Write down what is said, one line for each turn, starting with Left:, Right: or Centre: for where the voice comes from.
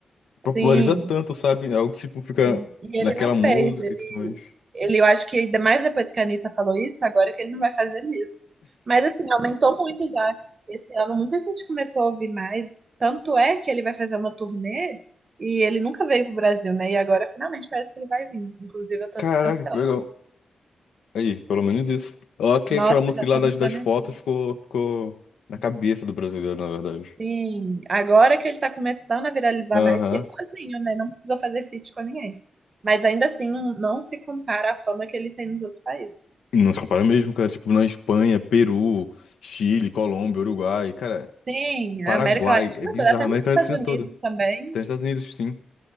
Left: populariza
Right: Sim.
Left: tanto, sabe? É algo que tipo, fica
Right: Sim. E
Left: naquela
Right: ele não fez,
Left: música
Right: ele,
Left: e tudo mais.
Right: ele, eu acho que ainda mais depois que a Anitta falou isso, agora que ele não vai fazer mesmo. Mas assim, aumentou muito já. Esse ano muita gente começou a ouvir mais. Tanto é que ele vai fazer uma turnê e ele nunca veio pro Brasil, né? E agora finalmente parece que ele vai vir. Inclusive, eu tô
Left: Caraca,
Right: ansiosa.
Left: que legal. Aí, pelo menos isso. Ó, que
Right: Nossa,
Left: aquela música
Right: já estamos
Left: lá das, das
Right: planejando.
Left: fotos ficou, ficou na cabeça do brasileiro, na verdade.
Right: Sim, agora que ele tá começando a viralizar
Left: Aham.
Right: mais, e sozinho, né? Não precisou fazer feat com ninguém. Mas ainda assim, não não se compara à fama que ele tem nos outros países.
Left: Não se compara mesmo, cara. Tipo, na Espanha, Peru, Chile, Colômbia, Uruguai. Cara,
Right: Sim,
Left: Paraguai.
Right: na América Latina
Left: É bizarro.
Right: toda, até
Left: A América
Right: nos Estados
Left: Latina toda.
Right: Unidos também.
Left: Até nos Estados Unidos, sim.